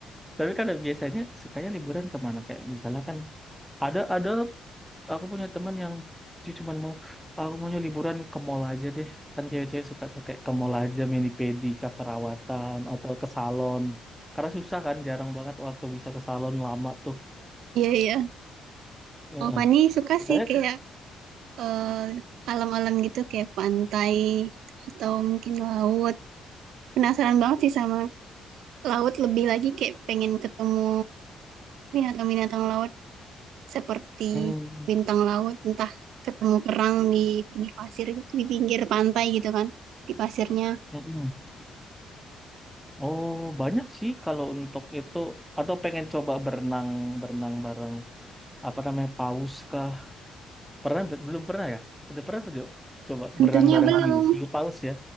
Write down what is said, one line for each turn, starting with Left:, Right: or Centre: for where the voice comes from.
Centre: Tapi kalau biasanya sukanya liburan kemana? Kayak misalnya kan Ada ada aku punya teman yang dia cuma mau "Ah, aku maunya liburan ke mall aja deh. Kan cewek-cewek suka tuh kayak ke mall aja mani pedi ke perawatan atau ke salon. Karena susah kan jarang banget waktu bisa ke salon lama tuh.
Right: Iya iya.
Centre: Heeh.
Right: Oh Fani suka
Centre: Saya
Right: sih kayak
Centre: ke-
Right: eh, alam-alam gitu kayak pantai atau mungkin laut. Penasaran banget sih sama laut lebih lagi kayak pengen ketemu binatang-binatang laut seperti
Centre: Hmm,
Right: bintang laut entah ketemu kerang di pinggir pasir gitu di pinggir pantai gitu kan di pasirnya.
Centre: mm-mm. Oh, banyak sih kalau untuk itu atau pengen coba berenang berenang bareng apa namanya paus kah? Pernah be- belum pernah ya? Udah pernah apa, Jo? Coba
Right: Tentunya
Centre: berenang bareng
Right: belum.
Centre: hiu, hiu paus ya?